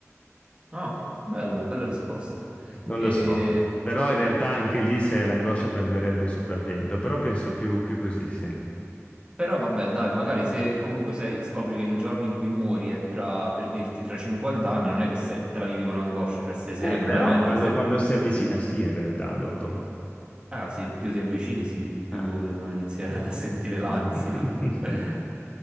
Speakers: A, on the right; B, on the left.
A: Ah, bella, bella risposta.
B: Non
A: E...
B: lo so. Però in realtà anche lì se l'angoscia prenderebbe il sopravvento, però penso più, più così, sì.
A: Però vabbè, dai, magari se comunque sei- scopri che il giorno in cui muori è tra, per dirti, tra 50 anni, non è che se- te la vivi con angoscia, cioè sei sereno,
B: Eh, però...
A: me- mentre
B: Quando,
A: se,
B: quando si avvicina, sì, in realtà, dopo.
A: Ah sì, più ti avvicini, sì, più
B: Ah.
A: eh, inizi <laughs> ad- a sentire
B: <laughs>
A: l'ansia. <laughs>